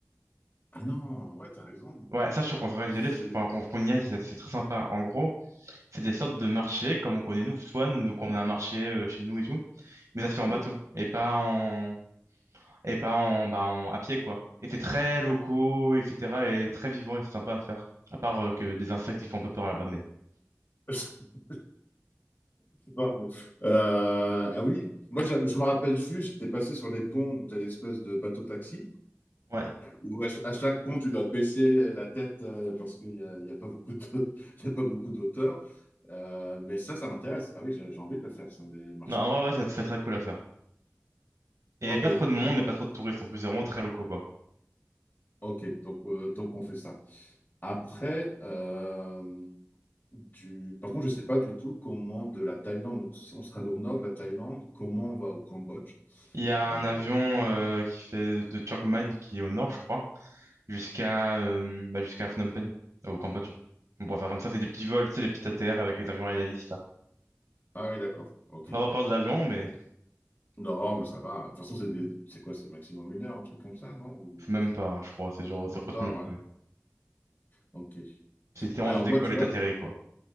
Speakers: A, on the left (about 35°); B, on the right (about 80°).
A: Ah non, ouais, t'as raison.
B: Ouais, ça, je suis content d'y
A: J'ai-
B: aller, c'est- enfin, qu'on qu'on y aille, c'est c'est très sympa. En gros, c'est des sortes de marchés, comme on connaît nous, toi, nous, nous, qu'on a un marché euh, chez nous et tout, mais ça se fait en
A: Oui.
B: bateau, et pas en, et pas en, bah, en, à pied, quoi. Et c'est très locaux, etc., et très vivant, et c'est sympa à faire. À part euh, que des insectes, ils font un peu peur là-bas, mais.
A: <laughs> Pardon. Euh, ah oui, moi j'avais- je me rappelle juste, j'étais passé sur les ponts où tu as l'espèce de bateau-taxi,
B: Ouais.
A: où à, ch- à chaque pont tu dois baisser la tête euh, parce qu'il n'y a, il y a pas beaucoup de, <laughs> il y a pas beaucoup d'auteurs. Euh, mais ça, ça m'intéresse. Ah oui, j'ai j'ai envie de le faire sur les marchés
B: Non,
A: flottants.
B: ouais, ouais, ça,
A: quoi.
B: c'est très cool à faire. Et
A: Ok,
B: pas trop
A: donc,
B: de monde
A: donc,
B: et pas trop
A: on,
B: de touristes, en plus, c'est vraiment très locaux, quoi.
A: ok, donc, euh, donc on fait ça. Après, euh, du, par contre, je ne sais pas du tout comment de la Thaïlande, donc si on sera au nord de la Thaïlande, comment on va au Cambodge.
B: Il y a
A: Euh,
B: un avion euh, qui fait de Chiang Mai, qui est au nord, je crois, jusqu'à euh, bah, jusqu'à Phnom Penh, au Cambodge. On pourrait faire comme ça, c'est des petits vols, tu sais, les petits ATR avec les avions Aedalis, là.
A: Ah oui, d'accord. Ok.
B: Faut pas avoir peur de l'avion, mais
A: Non, oh, mais ça va. De toute façon, c'est des- c'est quoi? C'est maximum une heure, un truc comme ça, non? Ou
B: faut même pas, je crois, c'est genre
A: même
B: 50
A: pas,
B: minutes.
A: voilà.
B: euh.
A: Ok.
B: C'est littéralement
A: Alors,
B: tu décolles
A: moi, tu vois,
B: et t'atterris, quoi.